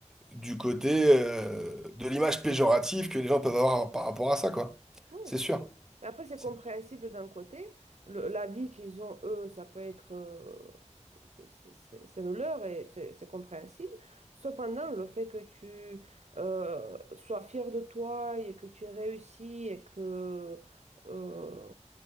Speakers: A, in the centre; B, on the right (about 65°).
A: du côté euh, de l'image péjorative que les gens peuvent avoir par rapport à ça, quoi.
B: Oui.
A: C'est sûr.
B: Mais après, c'est
A: C'est
B: compréhensible d'un côté. Le- la vie qu'ils ont, eux, ça peut être... euh, c'est c'est- c'est- c'est le leur et c'est c'est compréhensible. Cependant, le fait que tu euh, sois fier de toi et que tu aies réussi et que... euh,